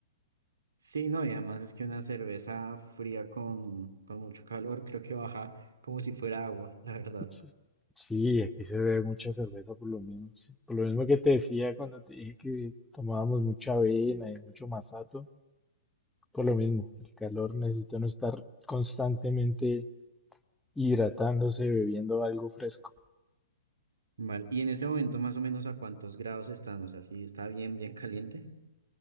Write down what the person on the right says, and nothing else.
sí, no, y además es que una cerveza fría con, con mucho calor creo que baja como si fuera agua, la verdad.
Vale, y en ese momento más o menos a cuántos grados están, o sea, si está bien, bien caliente.